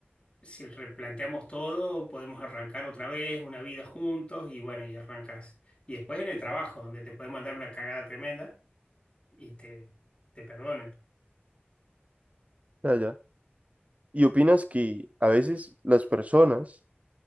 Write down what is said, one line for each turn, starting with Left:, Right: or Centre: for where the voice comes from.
Left: si replanteamos todo, podemos arrancar otra vez una vida juntos y bueno, y arrancas. Y después en el trabajo, donde te pueden mandar una cagada tremenda y te, te perdonen.
Right: Ya, ya. ¿Y opinas que a veces las personas